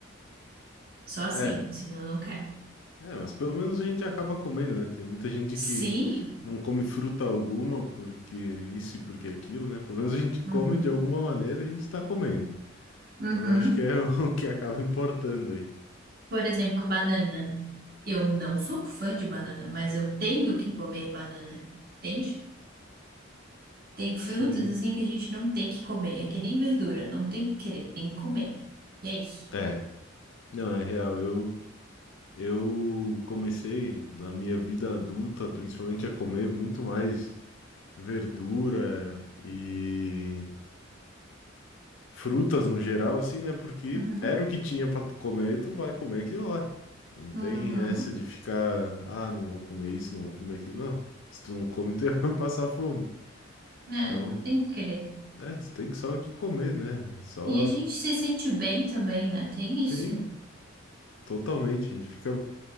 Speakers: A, on the right (about 45°); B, on the left (about 70°).
A: Só assim,
B: É,
A: senão eu não quero.
B: é, mas pelo menos a gente acaba comendo, né? Tem muita gente
A: Sim.
B: que não come fruta alguma porque isso e porque aquilo, né? Pelo menos a gente come
A: Uhum.
B: de alguma maneira, a gente tá comendo.
A: Uhum.
B: Então eu acho que é <laughs> o que acaba importando aí.
A: Por exemplo, banana. Eu não sou fã de banana, mas eu tenho que comer banana. Entende? Tem frutas
B: Sim.
A: assim que a gente não tem que comer, é que nem verdura, não tem que querer, tem que comer. E é isso.
B: É. Não, é real. Eu, eu comecei na minha vida adulta, principalmente a comer muito mais verdura e frutas no geral, assim, né? Porque
A: Uhum.
B: era o que tinha pra tu comer, tu vai comer aquilo lá. Não tem
A: Uhum.
B: essa de ficar, ah, não vou comer isso, não vou comer aquilo, não. Se tu não come, tu <laughs> vai passar fome.
A: É,
B: Então,
A: não tem que querer.
B: é, tu tem que só que comer, né? É Só.
A: E a gente se sente bem também, né? Tem
B: Sim.
A: isso.
B: Totalmente, a gente fica.